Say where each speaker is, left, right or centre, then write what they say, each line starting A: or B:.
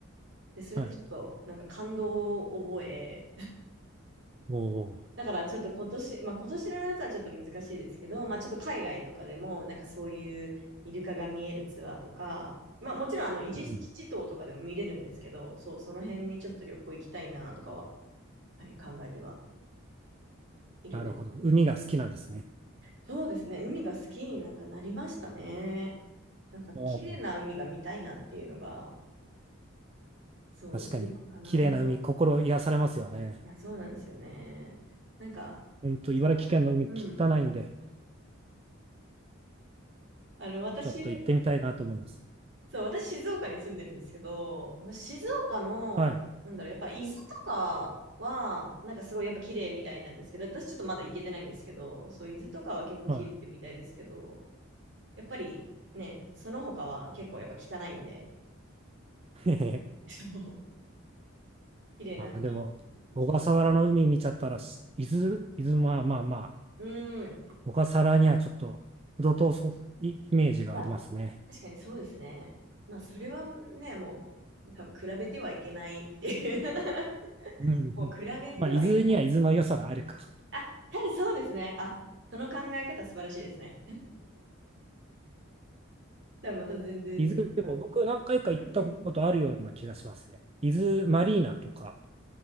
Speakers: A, on the right; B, on the right.
A: で、それでちょっと、
B: はい。
A: なんか感動を覚え、
B: おお、
A: だからちょっと今年、まあ今年の夏はちょっと難しいですけど、まあちょっと海外とかでも、なんかそういうイルカが見えるツアーとか、まあもちろんあの、伊豆七島とかでも見れるんですけど、
B: うん。
A: そう、その辺にちょっと旅行行きたいなとかは、はい、考えてはいるんですけど。
B: なるほど。海が好きなんですね。
A: そうですね。海が好きになんかなりましたね。なんか綺麗な海が見たいなっていうのが、
B: おお。
A: そう、
B: 確かに、
A: 一番かな。
B: 綺麗な海、心癒されますよね。
A: いや、そうなんですよね。なんか、
B: うんと、茨城県の海、
A: でもうん。
B: 汚いんで、
A: あの、私、
B: ちょっと行ってみたいなと思います。
A: そう、私、静岡に住んでるんですけど、まあ、静岡の、
B: はい。
A: なんだろう、やっぱ伊豆とかは、なんかすごいやっぱ綺麗みたいなんですけど、私ちょっとまだ行けてないんですけど、そう、伊豆とかは結構綺麗みたいですけど、
B: は
A: やっぱりね、その他は結構やっぱ汚いんで、
B: い。へへへ
A: そう綺麗な海に行きたい。
B: あ、でも、小笠原の海見ちゃったらし、伊豆、伊豆、まあまあまあ、
A: うん。
B: 小笠原にはちょっと、程遠そう、いイメージがありますね。
A: まあ、確かにそうですね。まあ、それはね、もう、多分比べてはいけないっていう <laughs>
B: うんうんまあ、
A: もう比べてはいけない。
B: 伊豆には伊豆の良さがあるか。
A: あ、た分そうですね。あ、その考え方素晴らしいですね。<laughs> でもまた全然違う。
B: 伊豆、でも僕何回か行ったことあるような気がしますね。
A: うんうん。
B: 伊豆マリーナとか、